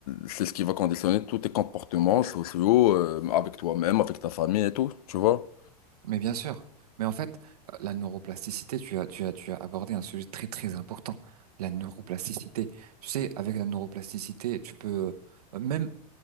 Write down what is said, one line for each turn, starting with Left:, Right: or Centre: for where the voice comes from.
Left: c'est ce qui va conditionner tous tes comportements sociaux, euh, avec toi-même, avec ta famille et tout, tu vois.
Right: mais bien sûr. Mais en fait, euh, la neuroplasticité, tu as, tu as, tu as abordé un sujet très, très important. La neuroplasticité. Tu sais, avec la neuroplasticité, tu peux, euh, même